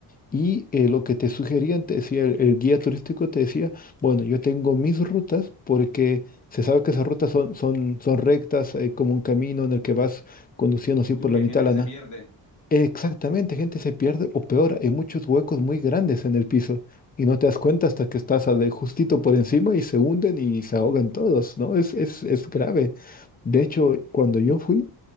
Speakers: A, on the left (about 20°); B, on the left (about 45°).
A: y eh, lo que te sugerían, te decía, el, el guía turístico te decía, bueno, yo tengo mis rutas porque se sabe que esas rutas son, son, son rectas, eh, como un camino en el que vas conduciendo así por
B: Sí, porque
A: la mitad
B: hay gente
A: de
B: que
A: la
B: se
A: lana.
B: pierde.
A: Exactamente, gente se pierde o peor, hay muchos huecos muy grandes en el piso y no te das cuenta hasta que estás a de- justito por encima y se hunden y se ahogan todos, ¿no? Es, es, es grave. De hecho, cuando yo fui,